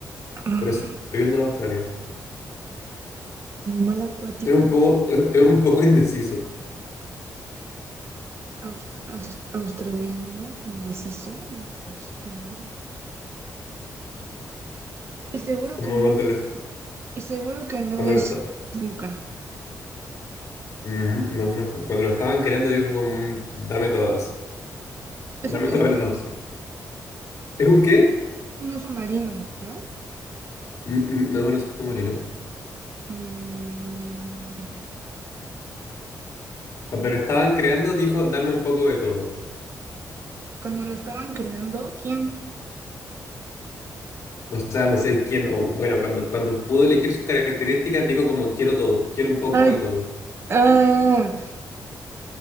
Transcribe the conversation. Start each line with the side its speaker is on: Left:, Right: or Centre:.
Right: Mm,
Left: pero es oriundo de Australia.
Right: Animal acuático
Left: Es un poco, es, es un poco <laughs> indeciso,
Right: aus- aus- australiano, indeciso, no, pues... mm, Y seguro
Left: como
Right: que no
Left: cuando
Right: es,
Left: lo,
Right: y seguro que no
Left: cuando
Right: es
Left: lo esta-
Right: foca.
Left: Mm, no, es una fo- cuando lo estaban creando dijo como, mm, dame todas,
Right: Es
Left: dame
Right: un oso,
Left: todas las opciones. ¿Es un qué?
Right: es un oso marino, ¿no?
Left: Mm, mm, no es un submarino.
Right: Mm,
Left: Cuando lo estaban creando, dijo, dame un poco de todo.
Right: cuando lo estaban creando, ¿quién?
Left: O sea, no sé quién, o bueno, cuando, cuando pudo elegir sus características, dijo como, quiero todo, quiero un poco
Right: Ay,
Left: de todo.
Right: ah,